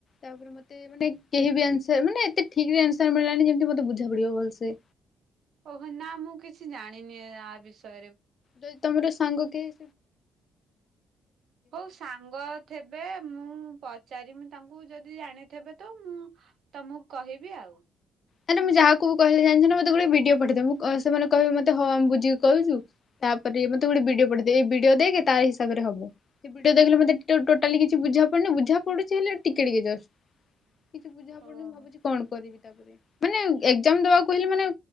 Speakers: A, on the left; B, on the right.
A: ତାପରେ ମତେ ମାନେ କେହି ବି ଆନସର ମାନେ ଏତେ ଠିକରେ ଆନସର ମିଳିଲାନି ଯେମିତି ମତେ ବୁଝା ପଡିବ ଭଲସେ।
B: ଓହୋ ନା ମୁଁ କିଛି ଜାଣିନି ଆ ବିଷୟରେ।
A: ଯଦି ତମର ସାଙ୍ଗ କିଏ
B: ହଉ ସାଙ୍ଗ ଥେବେ ମୁଁ ପ ପଚାରି ମୁ ତାଙ୍କୁ ଯଦି ଜାଣିଥେବେ ତ ମୁଁ ତମକୁ କହିବି ଆଉ।
A: ନାଇ ନା ମୁଁ ଯାହାକୁ କହେ ଜାଣିିନଛ ନା ନା ମୁଁ ଯାହାକୁ କହିଲେ ଯାଣିଛ ନା ମତେ ଗୋଟେ ଭିଡିଓ ପଠେଇଦବ ମୁଁ ସେମାନେ କହିବେ ମତେ ହ ଆମେ ବୁଝିକି କହିବୁ। ତା ପରେ ମତେ ଗୋଟିଏ ଭିଡିଓ ପଠେଇ ଦେବେ ଏ ଭିଡିଓ ଦେଖେ ତା ହିସାବରେ ହଵ, ଭିଡିଓ ଦେଖିଲେ ମୋତେ ଟୋଟାଲି କିଛି ବୁଝା ପଡୁନି ବୁଝା ପଡୁଛି ହେଲେ ଟିକେ ଟିକେ ଜଷ୍ଟ।
B: <inaudible>
A: କିଛି ବୁଝା ପଡୁନି
B: ଓହୋ।
A: ମୁଁ ଭାବୁଛି କଣ କରିବି ତାପରେ? ମାନେ ଏଗଜାମ ଦବାକୁ ହେଲେ ମାନେ